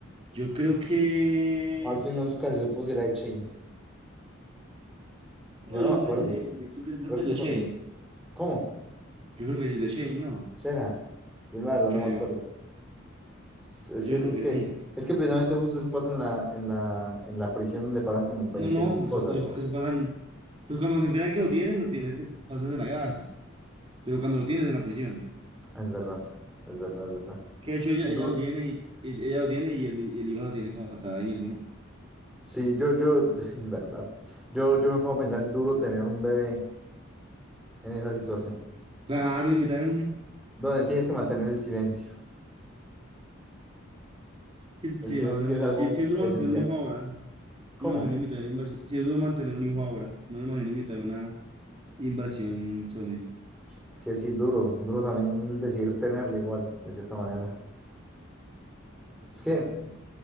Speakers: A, on the right; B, in the centre.
A: Yo creo que...
B: O
A: es-
B: al fin no nunca se supo si era de Shane. Yo
A: No,
B: no
A: yo
B: me acuerdo.
A: creo que sí es de, de- creo que, creo
B: Creo
A: que
B: que
A: es
B: eso
A: de Shane.
B: lo... ¿Cómo?
A: Yo creo que sí es de Shane, ¿no?
B: ¿Será? Yo la verdad
A: Creo.
B: no me acuerdo. Es es
A: Yo
B: que, es
A: creo que
B: que,
A: sí.
B: es que precisamente justo eso pasa en la, en la, en la prisión donde pasan como veinte
A: No, no,
B: mil cosas.
A: eso, eso, eso pasa en... Pues cuando se entera que lo tienes, lo tienes, pasas en la granja. Pero cuando lo tienes en la prisión.
B: Es verdad, es verdad, es verdad.
A: Que de hecho ella,
B: Du-
A: ella lo tiene y y- ella lo tiene y el, y el hijo la tiene que matar ahí mismo, ¿no?
B: sí, yo, yo, <laughs> es verdad. Yo, yo me pongo a pensar, duro tener un bebé en esa situación,
A: Claro, invitar.
B: donde tienes que mantener el silencio.
A: Sí,
B: El
A: sí,
B: silencio
A: no, hace mucho.
B: es algo
A: Sí, sí es duro
B: esencial.
A: mantener un hijo ahora.
B: ¿Cómo?
A: No me imagino en mitad de una invasión. Sí es duro mantener un hijo ahora. No me imagino en mitad de una invasión zombie.
B: Es que sí, duro, duro también el decir tenerlo igual, de cierta manera. Es que,